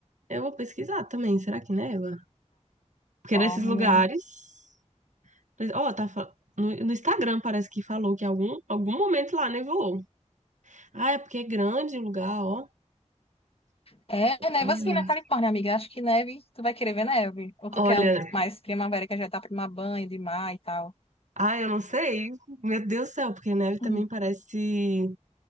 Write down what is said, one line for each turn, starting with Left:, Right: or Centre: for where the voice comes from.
Right: eu vou pesquisar também, será que neva? Porque
Left: Califórnia.
Right: nesses lugares. Ó, tá. fa- No, no Instagram parece que falou que algum, algum momento lá nevou. Ah, é porque é grande o lugar, ó.
Left: É, neva
Right: Olha,
Left: assim na Califórnia, amiga. Acho que neve, tu vai querer ver neve. Ou tu
Right: olha,
Left: quer mais primavera, que já tá pra tomar banho de mar e tal.
Right: ai, eu não sei. Meu Deus do céu, porque neve também
Left: Uhum.
Right: parece.